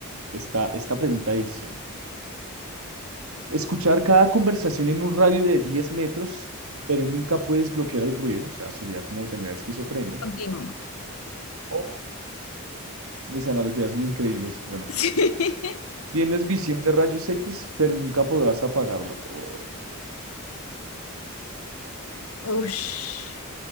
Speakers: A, on the right (about 75°); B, on the left (about 75°).
A: Esta, esta pregunta dice, escuchar cada conversación en un radio de 10 metros, pero nunca puedes bloquear el ruido, o sea, sería como tener esquizofrenia.
B: Continúo.
A: O mis analogías son increíbles. Bueno,
B: <laughs> Sí.
A: tienes visión de rayos X, pero nunca podrás apagarla. O-
B: Ush,